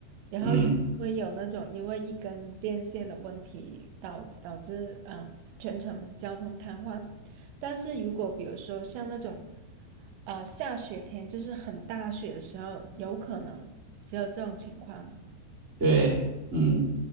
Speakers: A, on the right; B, on the right.
A: 然后也不会有那种因为一根电线的问题导导致嗯全程交通瘫痪。
B: 嗯，
A: 但是如果比如说像那种呃下雪天，就是很大雪的时候，有可能只有这种情况。
B: 对，嗯，